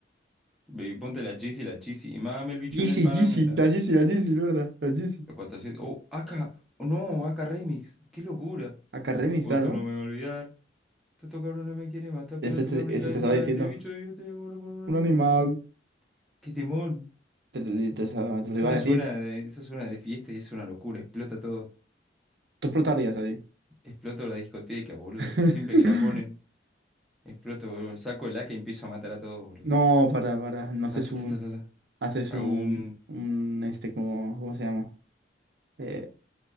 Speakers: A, in the centre; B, on the right.
A: Baby, ponte la chisi, la chisi. Y mame el bicho
B: Yeezy,
A: en el Panamera.
B: Yeezy, la Yeezy, la Yeezy, de ¿verdad? La Yeezy.
A: Los 400. Oh, acá. Oh, no, acá Remix. ¡Qué locura!
B: Akaremi,
A: Vos
B: claro.
A: tú no me vas a olvidar. Tú estos no me quieren matar, pero
B: Ese
A: tú
B: te,
A: me brincas
B: ese
A: encima
B: te estaba diciendo.
A: de este bicho y yo te demoro con un animal.
B: Un animal.
A: ¡Qué temón!
B: Te, te- te sa- te lo iba
A: Eso
B: a decir.
A: suena de, eso suena de fiesta y es una locura. Explota todo.
B: Tú explotarías
A: Es-
B: ahí.
A: Exploto la discoteca, boludo.
B: <laughs>
A: Siempre que la ponen, exploto, boludo. Saco el AK y empiezo a matar a todos, boludo.
B: No, para, para. No haces
A: Ta, ta,
B: un.
A: ta, ta, ta, ta.
B: Haces
A: Hago
B: un.
A: un...
B: Un este, como. ¿Cómo se llama? Eh,